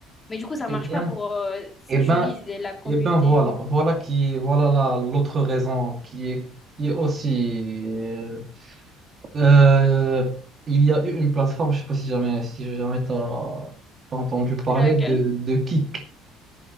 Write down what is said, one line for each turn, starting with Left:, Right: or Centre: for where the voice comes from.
Left: Mais du coup, ça
Right: Eh
Left: marche
Right: bien,
Left: pas pour euh, si
Right: eh
Left: tu
Right: ben,
Left: vises la communauté.
Right: eh ben voilà, voilà qui, voilà la- l'autre raison qui est, qui est aussi. euh, euh, il y a eu une plateforme, je sais pas si jamais, si jamais t'as, t'as entendu parler
Left: C'est laquelle?
Right: de, de Kick.